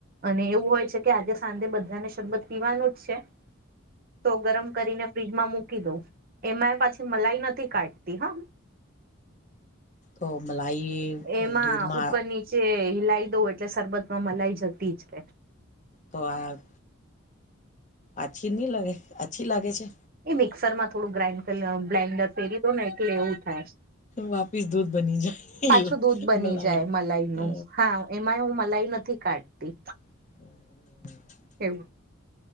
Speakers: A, on the right; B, on the left.
A: અને એવું હોય છે કે આજે સાંજે બધાને શરબત પીવાનું છે. તો ગરમ કરીને ફ્રીજમાં મૂકી દઉં એમાં એ પાછી મલાઈ નથી કાઢતી હા
B: તો મલાઈ
A: એમાં
B: દૂધમાં
A: ઉપર નીચે હિલાઈ દઉં એટલે શરબતમાં મલાઈ જતી જ રે.
B: તો આ આછી નહી લાગે અચ્છી લાગે છે?
A: એ મિક્સર થોડું કરી બ્લાઇન્ડર ફેરી દો ને એટલે એવું થાય.
B: વાપિસ દૂધ બની જાય
A: પાછું દૂધ બની
B: મલાઈ
A: જાય મલાઈનું
B: અ
A: હા એમાં હું મલાઈ નથ થી કાળતી.
B: અહ.
A: એવું.